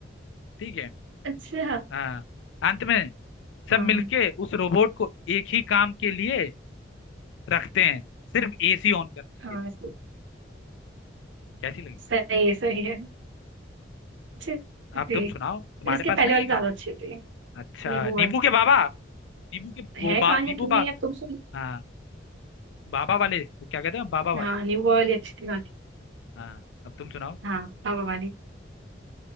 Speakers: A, on the left; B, on the right.
A: ठीक है
B: अच्छा हाँ
A: हाँ अंत में सब
B: हाँ
A: मिलके उस रोबोट को एक ही काम के लिए रखते हैं सिर्फ एसी ऑन करने
B: हाँ,
A: के लिए कैसी लगी
B: सही है सही है अच्छी
A: अब
B: थी
A: तुम सुनाओ तुम्हारे
B: पर इसके
A: पास
B: पहले
A: नहीं
B: वाली
A: है गान
B: ज्यादा अच्छी थी
A: अच्छा
B: नींबू वाली
A: नींबू के बाबा नींबू के
B: है
A: वो
B: कहानियाँ
A: बा नींबू
B: क्यों नहीं
A: बा
B: है तुम सुन
A: हाँ बाबा वाले वो क्या कहते हैं बाबा
B: हाँ
A: वाले
B: नींबू वाली अच्छी थी कहानी
A: हाँ अब तुम सुनाओ
B: हाँ बाबा वाली